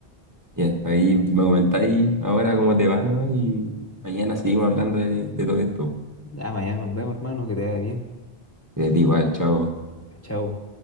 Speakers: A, on the right (about 20°); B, on the left (about 15°).
A: Ya, ahí me comentáis ahora cómo te va nomás y mañana seguimos hablando de, de todo esto.
B: Ya, mañana nos vemos, hermano, que te vaya bien.
A: De ti igual, chao.
B: Ya, chao.